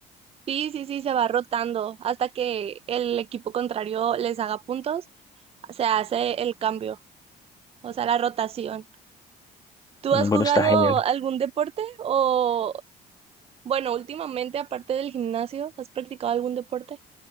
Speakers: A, on the right (about 35°); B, on the left (about 20°).
A: Sí, sí, sí, se va rotando hasta que el equipo contrario les haga puntos, se hace el cambio. O sea, la rotación. ¿Tú
B: Bueno,
A: has jugado
B: está genial.
A: algún deporte? O, bueno, últimamente, aparte del gimnasio, ¿has practicado algún deporte?